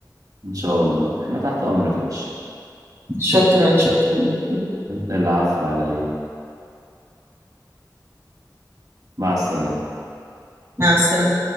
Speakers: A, on the right (about 60°); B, on the right (about 35°).
A: ان شاء الله احنا تحت امرك يا باشا
B: شكرا شكرا
A: العفو على ايه مع السلامة
B: مع السلامة